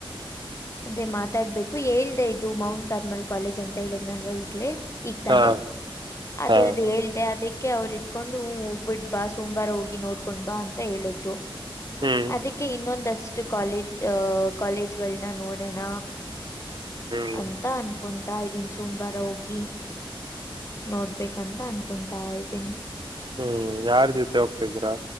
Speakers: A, on the left; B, on the right.
A: ಹ ಅದೇ ಮಾತಾಡ್ಬೇಕು ಹೇಳ್ದ ಇದು ಮೌಂಟ್ ಕಾಲ್ಮಲ ಕಾಲೇಜ್ ಅಂತ ಹೇಳಿದ್ನಲ್ವ ಈಗ್ಲೇ ಈಗ್ತಾನೆ
B: ಹಾ ಹಾ
A: ಅದರದ್ದ ಹೇಳ್ದೆ ಅದಕ್ಕೆ ಅವ್ರ. ಹಕೊಂಡು ಹೋಗ್ಬಿಟ್ ಬಾ ಸೋಮವಾರ ಹೋಗಿ ನೋಡ್ಕೊಂಡ ಬಾ ಅಂತ ಹೇಳಿದ್ರು
B: ಹ್ಮ್
A: ಅದಕ್ಕೆ. ಕೆ ಇನ್ನೊಂದಷ್ಟು ಕಾಲೇಜ ಅಹ ಕಾಲೇಜಗ ಳನ್ನ ನೋಡೋಣ.
B: ಹ್ಮ್
A: ಅಂತ ಅನ್ಕೊಂತ ಇದೀನಿ, ಸೋಮವಾರ ಹೋಗಿ ನೋಡ. ಬೇಕಂತ ಅನ್ಕೊಂತಾ ಇದ್ದೀನಿ
B: ಹ್ಮ್ ಯಾರ ದಿವಸ ಹೋಗ್ತಿದೀರಾ.